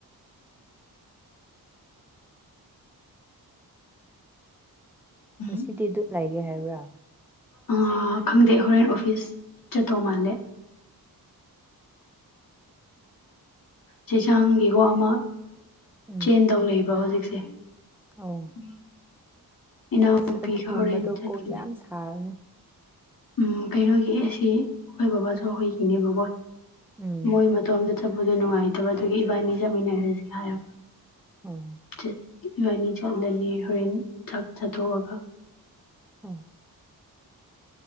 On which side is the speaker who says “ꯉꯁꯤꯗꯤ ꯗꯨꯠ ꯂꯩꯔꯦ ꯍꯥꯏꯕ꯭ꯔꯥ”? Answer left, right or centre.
Centre